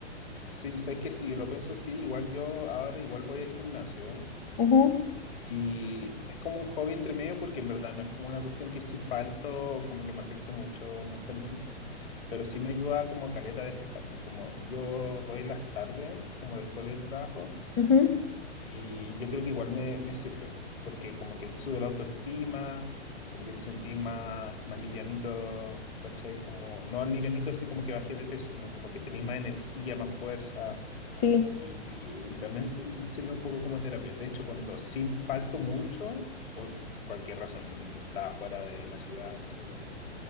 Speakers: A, on the left; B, on the left.
A: sí, sé que si lo pienso así, igual yo ahora igual voy al gimnasio, ¿eh?
B: Ujú.
A: Y es como un hobby entre medio porque en verdad no es como una cuestión que si falto como que me afecte mucho mentalmente, pero sí me ayuda como caleta a despejarme, como yo voy en las tardes, como después del trabajo,
B: Ujú.
A: y yo creo que igual me, me sirve, porque como que te sube la autoestima, como que te sentís más, más livianito, ¿cachai? Como, no livianito así como que bajé de peso, sino como que tenés más energía, más fuerza
B: Sí,
A: y, y también s- mm, sirve un poco como terapia. De hecho, cuando sí falto mucho, por cualquier razón, está fuera de la ciudad, no sé qué cosa,